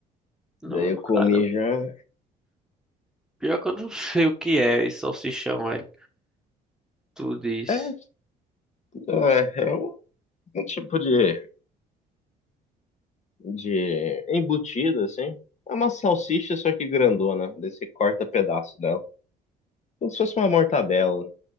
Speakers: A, in the centre; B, on the left.
A: Não,
B: Daí eu
A: cara,
B: comi já.
A: pior que eu não <laughs> sei o que é esse salsichão, velho. Tudo isso.
B: É, é, é um, um tipo de, de embutido, assim. É uma salsicha, só que grandona. Daí você corta pedaço dela. Como se fosse uma mortadela.